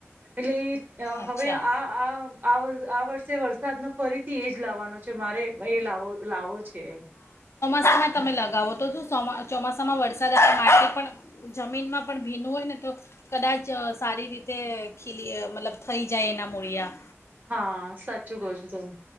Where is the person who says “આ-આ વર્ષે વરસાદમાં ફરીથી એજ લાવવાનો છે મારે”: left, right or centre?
Right